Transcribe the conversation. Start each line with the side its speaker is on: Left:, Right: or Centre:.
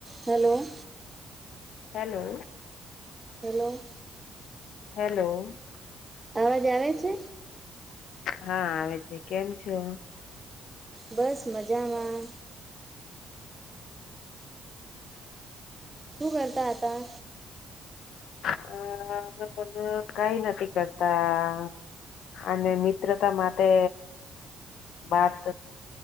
Right: Hello.
Left: Hello.
Right: Hello.
Left: Hello.
Right: અવાજ આવે છે.
Left: હા આવે છે. કેમ છો.
Right: બસ મજામાં તું કરતા આ હતા.
Left: અ પણ કઈ નથી કરતા. અને મિત્રતા માટે વાત.